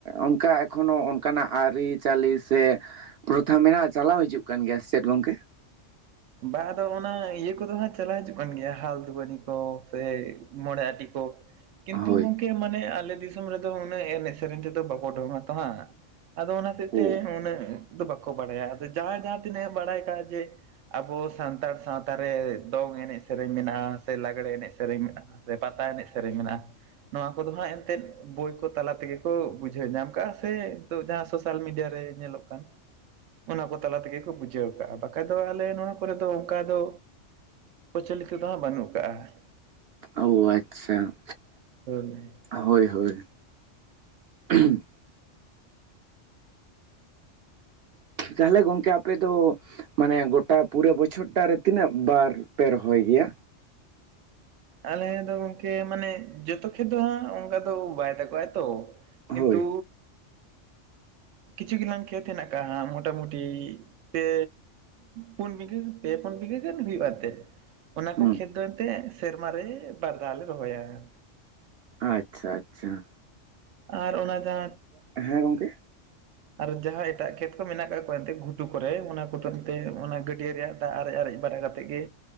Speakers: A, on the right (about 60°); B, on the right (about 80°).
A: ᱚᱱᱠᱟ ᱮᱠᱷᱚᱱᱳ ᱚᱱᱠᱟᱱᱟᱜ ᱟᱹᱨᱤᱪᱟᱹᱞᱤ ᱥᱮ ᱯᱨᱚᱛᱷᱟ ᱢᱮᱱᱟᱜᱼᱟ, ᱪᱟᱞᱟᱣ ᱦᱤᱡᱩᱜ ᱠᱟᱱ ᱜᱮᱭᱟ ᱥᱮ ᱪᱮᱫ ᱜᱚᱝᱠᱮ?
B: ᱵᱟ ᱟᱫᱚ ᱚᱱᱟ ᱤᱭᱟᱹ ᱠᱚᱫᱚ ᱦᱟᱸᱜ ᱪᱟᱞᱟᱣ ᱦᱤᱡᱩᱜ ᱠᱟᱱ ᱜᱮᱭᱟ, ᱦᱟᱞ ᱫᱩᱵᱟᱹᱱᱤ ᱠᱚ ᱥᱮ ᱢᱚᱬᱮ ᱟᱴᱤ ᱠᱚ ᱠᱤᱱᱛᱩ
A: ᱦᱳᱭ
B: ᱜᱚᱝᱠᱮ ᱢᱟᱱᱮ ᱟᱞᱮ ᱫᱤᱥᱚᱢ ᱨᱮᱫᱚ ᱩᱱᱟᱹᱜ ᱮᱱᱮᱡ ᱥᱮᱨᱮᱧ ᱛᱮᱫᱚ ᱵᱟᱠᱚ ᱩᱰᱩᱚᱝ ᱟ ᱛᱚ ᱦᱟᱸᱜ, ᱟᱫᱚ ᱚᱱᱟ ᱛᱮ
A: ᱳ
B: ᱩᱱᱟᱹᱜ ᱫᱚ ᱵᱟᱠᱚ ᱵᱟᱲᱟᱭᱟ᱾ ᱟᱫᱚ ᱡᱟᱦᱟᱸ ᱡᱟᱦᱟᱸ ᱛᱤᱱᱟᱹᱜ ᱵᱟᱲᱟᱭ ᱛᱟᱦᱮᱱ ᱡᱮ ᱟᱵᱚ ᱥᱟᱱᱛᱟᱲ ᱥᱟᱶᱛᱟ ᱨᱮ ᱫᱚᱝ ᱮᱱᱮᱡ ᱥᱮᱨᱮᱧ ᱢᱮᱱᱟᱜᱼᱟ, ᱥᱮ ᱞᱟᱜᱽᱲᱮ ᱮᱱᱮᱡ ᱥᱮᱨᱮᱧ ᱢᱮᱱᱟᱜᱼᱟ ᱥᱮ ᱯᱟᱛᱟ ᱮᱱᱮᱡ ᱥᱮᱨᱮᱧ ᱢᱮᱱᱟᱜᱼᱟ᱾ ᱱᱚᱣᱟ ᱠᱚᱫᱚ ᱦᱟᱸᱜ ᱮᱱᱛᱮᱫ ᱵᱳᱭ ᱠᱚ ᱛᱟᱞᱟ ᱛᱮᱜᱮ ᱠᱚ ᱵᱩᱡᱷᱟᱹᱣ ᱧᱟᱢ ᱠᱟᱜᱼᱟ, ᱥᱮ ᱱᱤᱛᱚᱜ ᱡᱟᱦᱟᱸ ᱥᱳᱥᱟᱞ ᱢᱤᱰᱤᱭᱟ ᱨᱮ ᱧᱮᱞᱚᱜ ᱠᱟᱱ ᱚᱱᱟ ᱠᱚ ᱛᱟᱞᱟ ᱛᱮᱜᱮ ᱠᱚ ᱵᱩᱡᱷᱟᱹᱣ ᱠᱟᱜᱼᱟ ᱵᱟᱠᱷᱟᱡ ᱫᱚ ᱛᱟᱦᱚᱞᱮ ᱱᱚᱣᱟ ᱠᱚᱨᱮ ᱫᱚ ᱚᱱᱠᱟ ᱫᱚ ᱯᱨᱚᱪᱚᱞᱤᱛᱚ ᱫᱚ ᱦᱟᱸᱜ ᱵᱟᱹᱱᱩᱜ ᱠᱟᱜᱼᱟ ᱾
A: ᱳ ᱟᱪᱪᱷᱟ
B: ᱦᱳᱭ
A: ᱦᱳᱭ ᱦᱳᱭ ᱾ ᱛᱟᱦᱚᱞᱮ ᱜᱚᱝᱠᱮ ᱟᱯᱮ ᱫᱚ ᱢᱟᱱᱮ ᱜᱚᱴᱟ ᱯᱩᱨᱟᱹ ᱵᱚᱪᱷᱚᱨ ᱴᱟᱜ ᱨᱮ ᱛᱤᱱᱟᱹᱜ ᱵᱟᱨ ᱯᱮ ᱨᱚᱦᱚᱭ ᱜᱮᱭᱟ?
B: ᱟᱞᱮ ᱫᱚ ᱜᱚᱢᱠᱮ ᱢᱟᱱᱮ ᱡᱚᱛᱚ ᱠᱷᱮᱛ ᱫᱚ ᱦᱟᱸᱜ ᱚᱱᱠᱟ ᱫᱚ ᱵᱟᱭ ᱫᱟᱜ ᱟᱭ ᱛᱚ ᱠᱤᱱᱛᱩ
A: ᱦᱳᱭ
B: ᱠᱤᱪᱷᱩ ᱜᱮᱞᱟᱝ ᱠᱷᱮᱛ ᱦᱮᱱᱟᱜ ᱠᱟᱜᱼᱟ, ᱢᱚᱴᱟᱢᱩᱴᱤ ᱯᱮ ᱯᱩᱱ ᱵᱤᱜᱟᱹ ᱯᱮ ᱯᱩᱱ ᱵᱤᱜᱷᱟᱹ ᱜᱟᱱ ᱦᱩᱭᱩᱜᱼᱟ ᱟᱛᱮ ᱚᱱᱟ ᱠᱚ
A: ᱦᱩᱸ
B: ᱠᱷᱮᱛ ᱫᱚ ᱮᱱᱛᱮᱜ ᱥᱮᱨᱢᱟ ᱨᱮ ᱵᱟᱨ ᱫᱷᱟᱣ ᱞᱮ ᱨᱚᱦᱚᱭᱟ ᱾
A: ᱟᱪᱪᱷᱟ ᱟᱪᱪᱷᱟ ᱾
B: ᱟᱨ ᱚᱱᱟ ᱡᱟ
A: ᱦᱮᱸ ᱜᱚᱝᱠᱮ
B: ᱟᱨ ᱡᱟᱦᱟᱸ ᱮᱴᱟᱜ ᱠᱷᱮᱛ ᱠᱚ ᱢᱮᱱᱟᱜ ᱠᱟᱜ ᱠᱚᱣᱟ ᱮᱱᱛᱮ ᱜᱷᱩᱴᱩ ᱠᱚᱨᱮ ᱚᱱᱟ ᱵᱚᱫᱚᱞ ᱛᱮ ᱚᱱᱟ ᱜᱟᱹᱰᱭᱟᱹ ᱨᱮᱭᱟᱜ ᱫᱟᱜ ᱟᱨᱮᱡ ᱟᱨᱮᱡ ᱵᱟᱲᱟ ᱠᱟᱛᱮᱫ ᱜᱮ